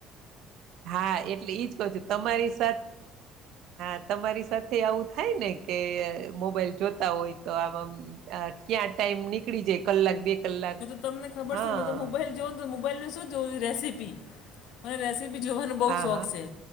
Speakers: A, on the right; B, on the left.
A: હા, એટલે ઈજ કહું છું, તમારી સાથ હા. તમારી સાથેય આવું થાય ને કે મોબાઈલ જોતા હોય તો આમ-આમ અહ ક્યાં ટાઈમ નીકળી જાય કલાક, બે કલાક
B: મેં તો તમને ખબર
A: હા
B: છે મેં તો મોબાઈલ જોવ ને તો મોબાઈલને શું જોવું રેસીપી અને રેસીપી જોવાનો બ
A: હા
B: શોખ
A: હા
B: છે